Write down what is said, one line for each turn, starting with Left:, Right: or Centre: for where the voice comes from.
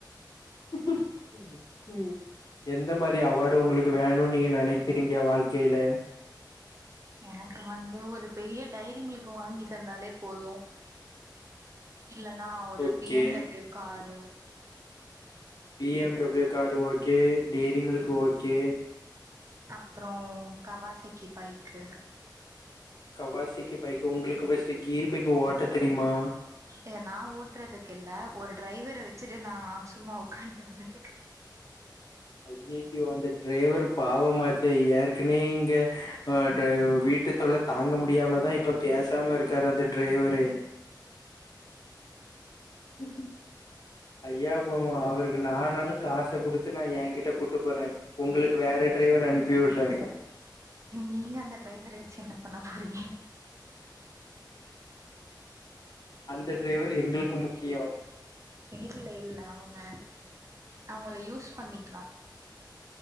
Left: <inaudible> ம் எந்த மாரி அவார்டு உங்களுக்கு வேணுன்னு நீங்க நினைக்கிறீங்க வாழ்க்கையில
Right: எனக்கு வந்து ஒரு பெரிய டைரி மில்க்கு வாங்கி தந்தாலே போதும் இல்லன்னா ஒரு
Left: okay
Right: BMW car
Left: BMW car okay diary milk okay
Right: அப்புறம் கவாசைக்கி பைக்கு
Left: கவாசிக்கு பைக்கு உங்களுக்கு ஃபர்ஸ்ட்டு கீர் பைக்கு ஓட்ட தெரியுமா
Right: ஏ நா ஓட்டுறதுக்கு இல்ல ஒரு டிரைவர வச்சுட்டு நா சும்மா உக்கான்டு வர்றதுக்கு
Left: ஐயய்யோ அந்த டிரைவர் பாவமாச்ச ஏற்கனே இங்க ஆ வீட்டுத்தொல்ல தாங்க முடியாம தா இப்ப பேசாம இருக்காரு அந்த டிரைவரே <inaudible> ஐயா போவம் அவருக்கு நானாளும் காச குடுத்து நா என்கிட்ட கூட்டு போற உங்களுக்கு வேற டிரைவர் அனுப்பி வுட்ற
Right: நீங்க அந்த ட்ரைவர வச்சு என்ன பண்ண போறீங்க
Left: அந்த டிரைவர் எங்களுக்கு முக்கியோ
Right: இல்ல இல்ல அவுங்க அவுங்கள யூஸ் பண்ணிக்கலாம்